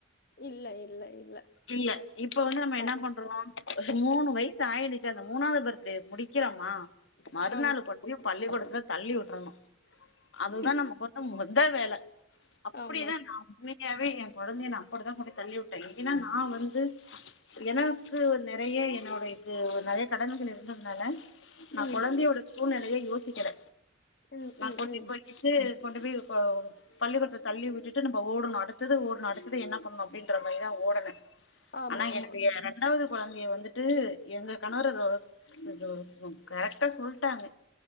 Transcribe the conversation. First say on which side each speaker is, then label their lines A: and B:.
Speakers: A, on the left; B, on the left.
A: இல்ல இல்ல இல்ல
B: இல்ல இப்ப வந்து நம்ம என்ன
A: ஆமா
B: பண்றோ ஒரு மூணு வய்ஸ் சு ஆயிடுச்சு அந்த மூணாவது பர்த்டேவை முடிக்கிலாமா மறுநாள்
A: ஆமா
B: கொண்டு போயி பள்ளிக்கூடத்துல தள்ளி விட்டறணு அதுதா
A: ம்,
B: நமக்கு வந்த மொத் அத வேல அப்டிதா
A: ஆமா
B: நா உண்மையாவே எ கொழந்தைய நா அப்படித்தா போய் தள்ளி உட்டே இல்லின்னா நா வந்து எனக்கு நெறைய என்னோடைய க்கு நறைய கடனுகள் இருந்ததுனால நா
A: ம்
B: கொழந்தையோட சூழ்நெல லயே யோசிக்கல
A: ம்
B: நா
A: ம்
B: கொண்டுட்டு
A: ம்
B: போய்கிட்டு கொண்டு போய் இப்போ பள்ளிக்கூடத்துல தள்ளி விட்டுட்டு நம்ம ஓடுனு அடுத்தது ஓடுனு அடுத்தது என்ன பண்ணு அப்டின்ற மாரிதா ஓடனு
A: ஆமா
B: ஆனா
A: ஆமா
B: என்னுடைய ரெண்டாவது கொழந்தைய வந்துட்டு எங்க கணவரோ ரோ <unintelligible> கரெக்டா சொல்லிட்டாங்க